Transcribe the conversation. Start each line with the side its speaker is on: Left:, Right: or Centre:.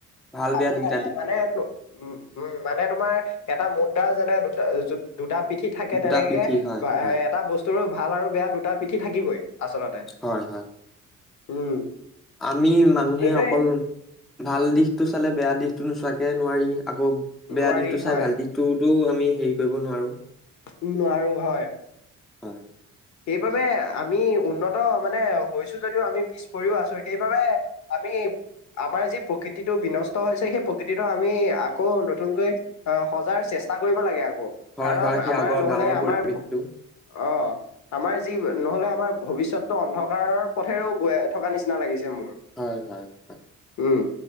Centre: ভাল
Left: থাকে
Centre: বেয়া দি
Left: থাকে মানে উ উম মানে তোমাৰ এটা মুদ্ৰা যেনে দুটা দুটা পিঠি থাকে
Centre: দুটা
Left: তেনেকে
Centre: পিঠি
Left: এ
Centre: হয়, হয়,
Left: এটা বস্তুৰ ভাল আৰু বেয়া দুটা পিঠি থাকিবই আচলতে
Centre: হয়, হয়।
Left: উম
Centre: আমি মানুহে
Left: সেইটোৱে
Centre: অকল ভাল দিশতটো চালে বেয়া দিশতো নোচোৱাকে নোৱাৰিলো আকৌ বেয়া
Left: নোৱাৰি
Centre: দিশতটো
Left: হয়
Centre: চাই ভাল দিশটোতো আমি হেৰি কৰিব নোৱাৰো
Left: উ নোৱাৰো হয়
Centre: হয়
Left: সেইবাবে আমি উন্নত মানে হৈছো যদিও আমি পিছ পৰিৰিও আছো সেইবাবে আমি আমাৰ যি প্ৰকৃতিটো বিনষ্ট হৈছে সেই প্ৰকৃতিটো আমি আকৌ নতুনকৈ সজাৰ চেষ্টা চেষ্টা কৰিব লাগে আকৌ
Centre: হয়,
Left: কাৰণ
Centre: হয়, সেই
Left: আমাৰ
Centre: আগৰ
Left: নহলে
Centre: গাঁৱৰ
Left: আমাৰ
Centre: পৰিৱেশটো।
Left: অ আমাৰ যি নহলে আমাৰ ভৱিষ্যতটো অন্ধকাৰৰ পথেৰেও গৈ থকা নিচিনা লাগিছে মোৰ
Centre: হয়, হয়, হয়,
Left: উম